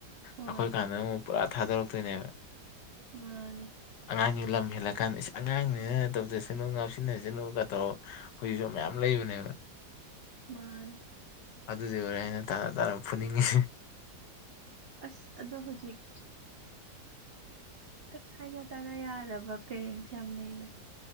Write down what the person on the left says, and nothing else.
ꯑꯩꯈꯣꯏ ꯀꯥꯟꯗ ꯑꯃꯨꯛ ꯄꯨꯔꯥ ꯊꯥꯗꯣꯔꯛꯇꯣꯏꯅꯦꯕ
ꯑꯉꯥꯡꯁꯤꯡ ꯂꯝ ꯍꯦꯜꯂ ꯀꯥꯟꯗ ꯑꯉꯥꯡꯅꯤꯅ ꯇꯧꯗꯁꯅꯨ ꯉꯥꯎꯁꯤꯟꯅꯁꯅꯨꯒ ꯇꯧꯔꯣ ꯍꯧꯖꯤꯁꯨ ꯃꯌꯥꯝ ꯂꯩꯕꯅꯦꯕ
ꯑꯗꯨꯗꯤ ꯑꯣꯏꯔꯦ ꯍꯥꯏꯅ ꯇꯥꯅ ꯇꯥꯅ ꯐꯨꯅꯤꯡꯉꯤ